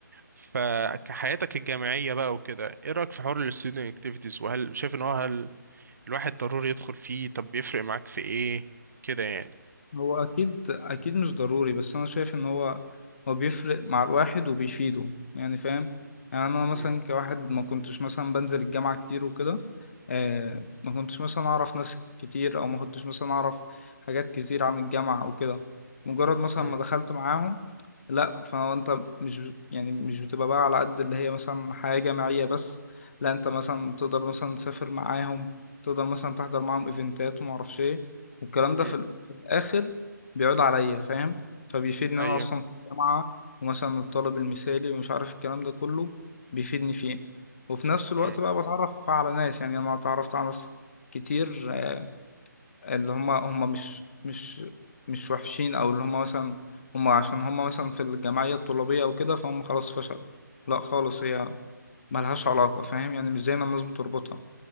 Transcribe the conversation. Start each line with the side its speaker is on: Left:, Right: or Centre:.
Right: فكحياتك الجامعيه بقى وكده ايه رايك في حوار الستودنت اكتيفيتيز وهل شايف ان هو هل الواحد ضروري يدخل فيه طب بيفرق معاك في ايه كده يعني
Left: هو اكيد اكيد مش ضروري بس انا شايف ان هو هو بيفرق مع الواحد وبيفيده يعني فاهم يعني انا مثلا
Right: امم
Left: كواحد ما كنتش مثلا بنزل الجامعة كتير وكده آه ما كنتش مثلا اعرف ناس كتير او ما كنتش مثلا اعرف حاجات كتير عن الجامعة وكده مجرد مثلا
Right: امم
Left: ما دخلت معاهم لا فانت مش يعني مش بتبقى بقى على قد اللي هي مثلا حياة جامعية بس لا انت مثلا تقدر مثلا تسافر معاهم تقدر مثلا تحضر معاهم ايفنتات وما اعرفش ايه والكلام ده
Right: امم،
Left: في اخر بيعود عليا فاهم فبيفيد ان
Right: ايوه
Left: انا اصلا في الجامعه ومثلا الطالب المثالي ومش عارف الكلام ده كله بيفيدني فيه وفي نفس الوقت
Right: مم.
Left: بقى بتعرف على ناس يعني انا اتعرفت على ناس كتير آه، اللي هم هم مش مش مش وحشين او اللي هم مثلا هم عشان هم مثلا في الجمعيه الطلابيه او كده فهم خلاص فشلوا لا خالص هي ملهاش علاقه فاهم يعني مش زي ما الناس بتربطها